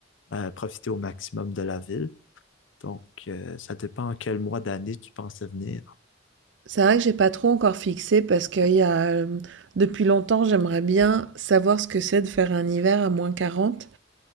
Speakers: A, on the left; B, on the right.
A: euh, profiter au maximum de la ville. Donc, euh, ça dépend quel mois d'année tu pensais venir.
B: C'est vrai que j'ai pas trop encore fixé parce qu'il y a, euh, depuis longtemps, j'aimerais bien savoir ce que c'est de faire un hiver à moins 40.